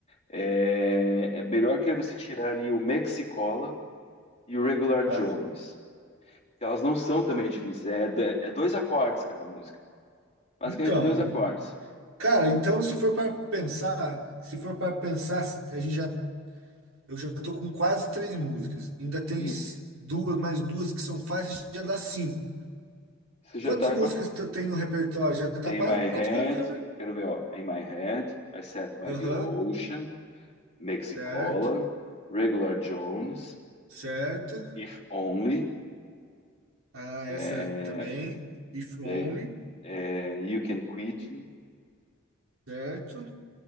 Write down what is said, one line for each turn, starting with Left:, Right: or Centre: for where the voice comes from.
Left: é, é melhor que você tirar ali o Mexicola e o Regular
Right: Tá.
Left: Jones, que elas não são também difíceis, é, é é dois acordes, cara, a música. Basicamente,
Right: Então,
Left: é dois acordes.
Right: cara, então se for para pensar, se for para pensar, se- a gente já eu já tô com quase três músicas. Ainda tem
Left: E
Right: s- duas, mais duas que são fáceis, já dá cinco.
Left: você já
Right: Quantas
Left: tá.
Right: músicas tu tem no repertório? Já tá
Left: Tem
Right: quase
Left: my
Right: praticando
Left: head.
Right: o repertório.
Left: Quero ver, ó. In my head, I sat by
Right: Aham,
Left: the ocean, Mexicola,
Right: certo,
Left: Regular Jones,
Right: certo.
Left: If Only,
Right: Ah,
Left: é,
Right: essa também. If Only,
Left: they, é, You Can Quit Me,
Right: certo,